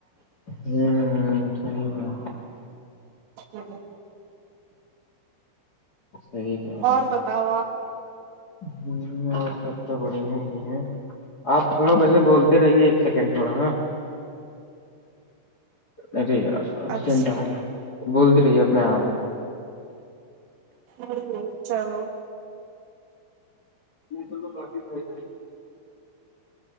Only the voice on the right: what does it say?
ہوں
اور
بتاؤ آپ
اچھا
ہ ہ چلو